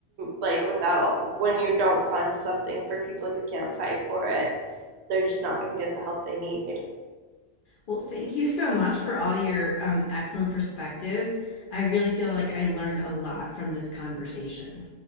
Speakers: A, on the right (about 65°); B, on the left (about 60°).
A: like without when you don't fund something for people who can't fight for it, they're just not going to get the help they need.
B: well, thank you so much for all your um, excellent perspectives. I really feel like I learned a lot from this conversation.